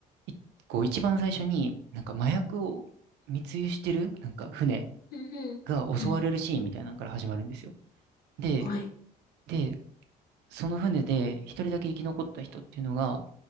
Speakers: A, on the right (about 85°); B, on the left (about 60°).
A: いこう一番最初になんか麻薬を密輸してるなんか船
B: うんうん。
A: が襲われるシーンみたいなのから始まるんですよ。
B: うん
A: で、
B: はい。
A: で、その船で一人だけ生き残った人っていうのが